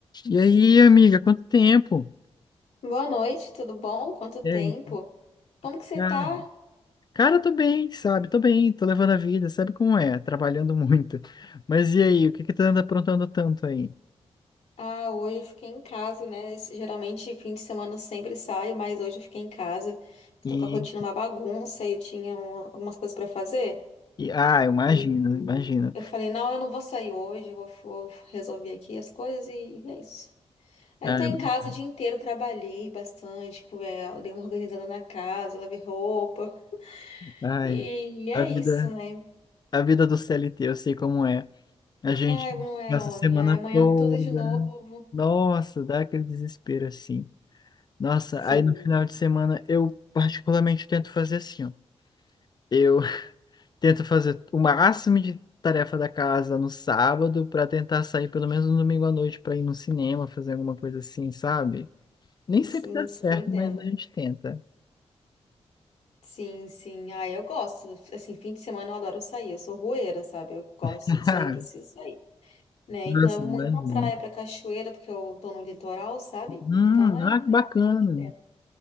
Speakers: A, on the left; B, on the left.
A: E aí, amiga, quanto tempo?
B: Boa noite, tudo bom? Quanto tempo?
A: E aí?
B: Como que você
A: Cara,
B: tá?
A: cara, tô bem, sabe? Tô bem, tô levando a vida, sabe como é? Trabalhando <laughs> muito. Mas e aí, o que que tu anda aprontando tanto aí?
B: Ah, hoje eu fiquei em casa, né? Esse- Geralmente fim de semana eu sempre saio, mas hoje eu fiquei em casa.
A: E,
B: Tô com a rotina uma bagunça e eu tinha um- algumas coisas pra fazer.
A: e ah, eu imagino,
B: E
A: imagino.
B: eu falei, não, eu não vou sair hoje, eu vou, vou resolver aqui as coisas e é isso. Aí
A: Ah,
B: tô
A: eu
B: em
A: imagino.
B: casa o dia inteiro, trabalhei bastante, co- é, dei uma organizada na casa, lavei roupa.
A: Ai,
B: E é
A: a vida,
B: isso, né?
A: a vida do CLT, eu sei como é. A gente
B: Ai, não é
A: passa
B: homem.
A: a semana
B: Aí amanhã
A: toda.
B: tudo de novo.
A: Nossa, dá aquele desespero assim. Nossa,
B: Sim,
A: aí no final de semana eu particularmente tento fazer assim, ó. eu Tento fazer o máximo de tarefa da casa no sábado para tentar sair pelo menos no domingo à noite para ir no cinema, fazer alguma coisa assim, sabe? Nem sempre
B: sim,
A: dá certo,
B: super entendo.
A: mas a gente tenta.
B: Sim, sim. Ah, eu gosto. Assim, fim de semana eu adoro sair. Eu sou rueira, sabe? Eu gosto
A: <laughs>
B: de sair,
A: Ah,
B: preciso sair. Né?
A: nossa,
B: Então eu vou
A: imagina.
B: muito pra praia, pra cachoeira, porque eu tô no litoral, sabe?
A: Hum,
B: Então é,
A: ah, que bacana.
B: é o que tem.